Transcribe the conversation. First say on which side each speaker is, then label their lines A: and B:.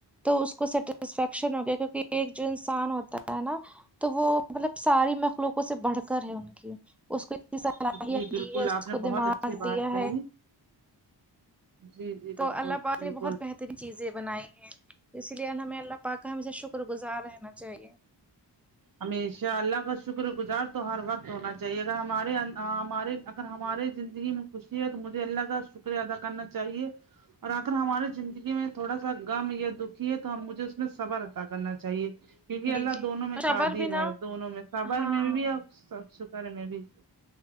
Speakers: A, in the centre; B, on the right.
A: تو اس کو سیٹسفیکشن ہو گیا کیونکہ ایک جو انسان ہوتا ہے نا تو وہ مطلب ساری مخلوقوں سے بڑھ کر ہے ان کی اس کو کی صلاحیت
B: جی بالکل
A: دی ہے اس
B: آپ نے
A: کو
B: بہت
A: دماغ
B: اچھی بات
A: دیا
B: کہی
A: ہے
B: جی جی
A: تو
B: بالکل
A: اللہ پاک
B: بالکل
A: بہت بہتر اتنی چیزیں بنائی ہیں اسی لیے ہمیں اللہ پاک کا ہمیشہ شکر گزار رہنا چاہیے
B: ہمیشہ اللہ کا شکر گزار تو ہر وقت ہونا چاہیے اگر ہمارے ہمارے اگر ہمارے زندگی میں خوشی ہے تو مجھے اللہ کا شکریہ ادا کرنا چاہیے اور اگر ہماری زندگی میں تھوڑا سا غم یا دکھی ہے تو ہم مجھے اس میں صبر عطا کرنا چاہیے کیونکہ
A: جی
B: اللہ
A: جی
B: دونوں میں
A: صبر
B: قادر
A: بھی نا
B: ہے دونوں میں صبر
A: ہاں
B: میں بھی اور شکر میں بھی